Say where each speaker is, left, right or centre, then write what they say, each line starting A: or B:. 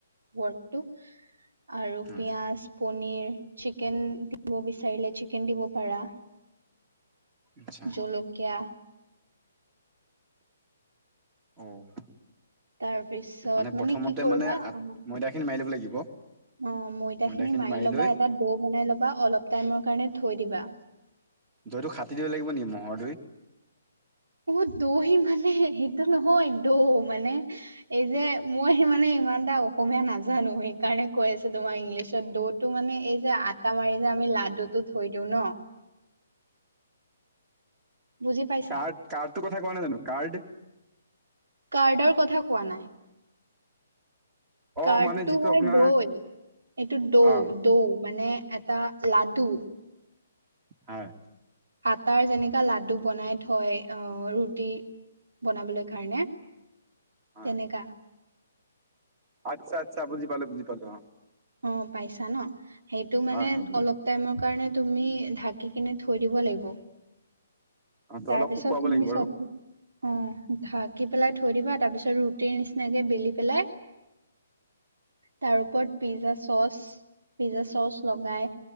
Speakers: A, on the right; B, on the right.
A: ৱডটো আৰু
B: হুম
A: পিঁয়াজ, পনীৰ‌‌। চিকেন দিব বিচাৰিলে, চিকেন দিব পাৰা।
B: আচ্ছা
A: জলকীয়া।
B: অ'।
A: তাৰপিছত
B: মানে প্ৰথমতে
A: কি কৰিবা
B: মানে ময়দা
A: অ
B: খিনি মাৰি লব লাগিব।
A: অ', ময়দাখিনি
B: ময়দা খিনি
A: মাৰি ল'বা,
B: লৈ
A: এটা দৌ' বনাই ল'বা, অলপ টাইমৰ কাৰণে। থৈ দিবা।
B: দৈতটো খাটি দিব লাগিব নেকি ম'ৰ দৈ।
A: অ', দৈ মানে সেইটো নহয়, দৌ' মানে এই যে, মই মানে ইমান এটা অসমীয়া নাজ জানো সেইকাৰণে কৈ আছে তোমাৰ ইংলিছত দৌটো মানে এই যে আটা মাৰি যে আমি লাডু টো থ দি। <unintelligible> ন'। বুজি পাইছা
B: কাৰ্ড কাৰ্ডটো কথা কোৱা নাই জানো কাৰ্ড।
A: কাৰ্ডৰ কথা কোৱা নাই।
B: অ
A: কাৰ্ডটো
B: মানে যিটো
A: হয়
B: আপোনাৰ
A: দৈ। এইটো দৌ
B: অ
A: দৌ মানে এটা লাডু।
B: হয়।
A: আটাৰ যেনেকা লাডু বনাই থয় আহ ৰুটি। বনাবলৈ কাৰণে
B: হয়
A: তেনেকাা।
B: আচ্ছা আচ্ছা বুজি পালো বুজি পালো অ'।
A: অ পাইছা ন সেইটো মানে
B: হয় হয় বুজি
A: অলপ
B: পালো
A: টাইমৰ কাৰণে। তুমি ঢাকি কিনে থৈ দিব লাগিব।
B: অ ত
A: তাৰ
B: অলপ
A: পিছত
B: শুকুৱাব
A: তুমি
B: লাগিব
A: চব
B: আৰু
A: অ' ঢাকি পেলাই। থৈ দিবা তাৰপিছত ৰুটিৰ নিচিনাকে বেলি পেলাই। তাৰ ওপৰত পিজ্জা চচ। পিজ্জা চচ লগাই